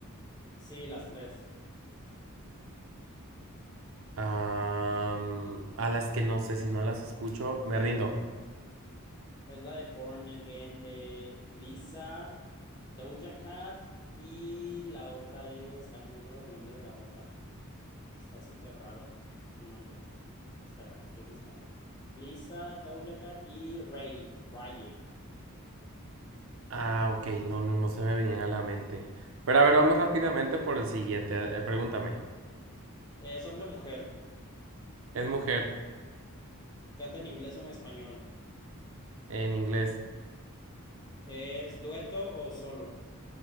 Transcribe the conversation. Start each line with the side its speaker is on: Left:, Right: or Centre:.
Left: Sí, las tres.
Right: am, a las que no sé, si no las escucho, me rindo.
Left: Es la de Born Again de Lisa, Doja Cat y la otra es... Ay, no me acuerdo del nombre de la otra. Está súper raro su nombre. Espera, lo estoy buscando. Lisa, Doja Cat y Ray, Raye.
Right: Ah, ok, no, no, no se me venían a la mente. Pero a ver, vamos rápidamente por el siguiente. eh, Pregúntame.
Left: Es hombre-mujer.
Right: Es mujer
Left: Canta en inglés o en español.
Right: en inglés.
Left: ¿Es dueto o solo?